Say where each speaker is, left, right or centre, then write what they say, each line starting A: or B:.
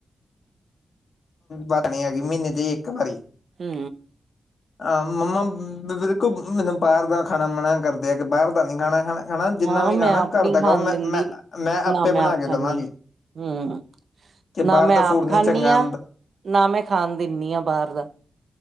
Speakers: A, on the left; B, on the right.
A: ਵਤ ਨ ਹੈਗੀ ਮਹੀਨੇ ਦੀ ਇੱਕ ਵਾਰੀ
B: ਹੂੰ,
A: ਹਾਂ ਮੰਮਾ ਬਿਲਕੁਲ ਮੈਨੂੰ ਬਾਹਰ ਦਾ ਖਾਣਾ ਮਨਾ ਕਰਦੇ ਆ ਕਿ ਬਾਹਰ ਦਾ ਨੀ ਖਾਣਾ ਹਨਾ। ਹਨਾ ਜਿੰਨਾ
B: ਹਾਂ
A: ਵੀ
B: ਮੈਂ
A: ਖਾਣਾ
B: ਆਪ
A: ਘਰ
B: ਨੀ
A: ਦਾ
B: ਖਾਣ
A: ਕੋ ਮੈਂ-ਮੈਂ-ਮੈਂ,
B: ਦਿੰਦੀ
A: ਆਪੇ
B: ਨਾ
A: ਬਣਾ
B: ਮੈਂ ਆਪ
A: ਕੇ
B: ਖਾਂਦੀ
A: ਦੇਵਾਂਗੀ
B: ਹੂੰ
A: ਕਿ
B: ਨਾ
A: ਬਾਹਰ
B: ਮੈਂ
A: ਤਾਂ
B: ਆਪ
A: ਫੂਡ ਨੀ
B: ਖਾਂਦੀ
A: ਚੰਗਾ।
B: ਹਾਂ ਨਾ ਮੈਂ ਖਾਣ ਦਿੰਦੀ ਆ ਬਾਹਰ ਦਾ